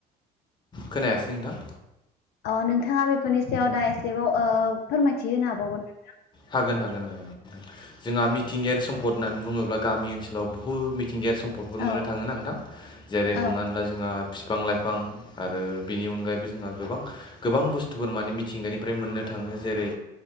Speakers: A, on the left; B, on the left.
A: खोनायासै नोंथां
B: अ नोंथाङा बेफोरनि सायाव दा एसेबाव ओ फोरमायथि होनो हाबावगोन नोंथां
A: हागोन हागोन ओ जोंहा मि मिथिंगायारि सम्पद होनानै बुङोब्ला गामि ओनसोलाव बुहुद मिथिंगायारि सम्प भटफोर
B: औ
A: मोननो थाङो ना नोंथां जेरै
B: औ
A: हमनानै ला जोंहा फिफां लाइफां आरो बिनि अनगायैबो जोंहा गोबां गोबां बुस्थुफोर माने मिथिंगानिफ्राय मोननो थाङो जेरै